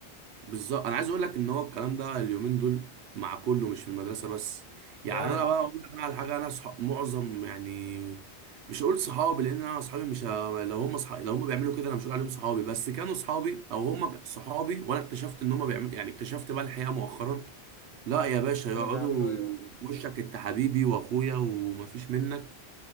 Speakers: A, on the right; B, on the left.
A: بالظبط انا عايز اقول لك ان هو الكلام ده اليومين دول مع كله مش في المدرسه بس
B: آه
A: يعني انا بقى اقول لك انا على حاجه انا صح... معظم يعني مش هقول صحابي لان انا اصحابي مش ه... لو هم صح... لو هم بيعملوا كده انا مش هقول عليهم صحابي بس كانوا صحابي او هم صحابي وانا اكتشفت ان هم بيعملوا يعني اكتشفت بقى الحقيقه مؤخرا لا يا باشا يقعدوا
B: كانوا بيعملوا إيه بقى
A: في وشك انت حبيبي واخويا ومفيش منك